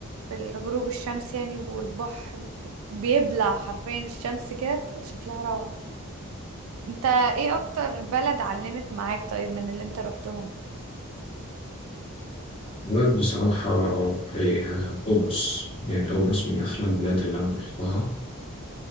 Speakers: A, on the right; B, on the left.
A: في الغروب الشمس يعني والبحر بيبلع حرفيا الشمس كده بتبقى شكلها روعة انت ايه اكتر بلد علمت معاك طيب من اللي انت روحتهم
B: بلد بصراحة هي قبرص يعني قبرص من أحلى البلاد اللي أنا رحتها